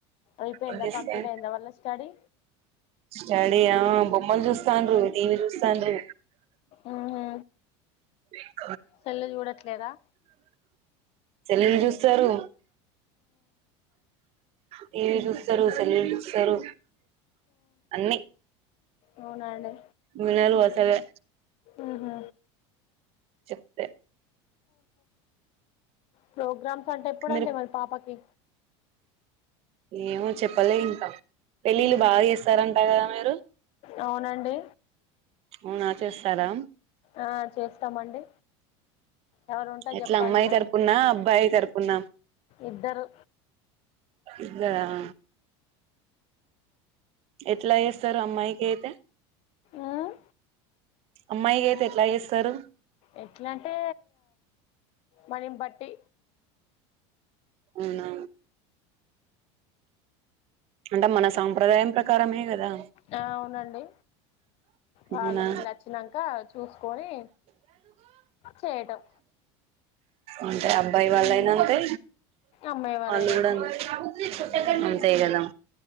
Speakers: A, on the left; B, on the right.
A: ఐపోయిందా
B: ఏం చేస్తారు
A: కంప్లీట్ ఐందా మళ్ల స్టడీ
B: స్టడీ ఆ బొమ్మలు చూస్తాన్రు టీవీ చూస్తాన్రు
A: ఉహు
B: <inaudible>
A: సెల్లు చూడట్లేదా
B: సెల్లలు చూస్తారు టీవీ చూస్తారు సెల్లు చూస్తారు అన్నీ
A: అవునండి
B: వినరు అస్సలే
A: ఆహ
B: చెప్తే
A: ప్రోగ్రామ్ అంటే ఎప్పుడండి
B: మీరు
A: మళ్ళి పాపకి
B: ఏమో చెప్పలే ఇంకా పెళ్ళిళ్ళు
A: ఉహు
B: బాగా చేస్తారంట కదా మీరు
A: అవునండి
B: అవునా చేస్తారా
A: ఆ చేస్తామండి ఎవరు ఉంటే
B: ఎట్లా
A: చెప్పండి
B: అమ్మాయి
A: మరి
B: తరపున అబ్బాయి తరపు పున
A: ఇద్దరు
B: ఇద్దర ఎట్లా చేస్తారు అమ్మాయి కైతే
A: ఉమ్
B: అమ్మాయి కైతే ఎట్లా చేస్తారు
A: ఎట్లా అంటే మనీ నీ పట్టి
B: అవునా అంటే మన సాంప్రదాయం ప్రకారమే కదా
A: ఆ అవునండి వాళ్ళు
B: అవునా
A: వీళ్ళు వచ్చినంక చూసుకొని చేయటం
B: అంటే అబ్బాయి వాళ్ళయినా
A: ఉమ్
B: అంతే
A: అమ్మాయి వాళ్ళైనా
B: వాళ్ళు కూడా
A: అంతే
B: అం
A: ఇగ ఉమ్
B: అంతే కదా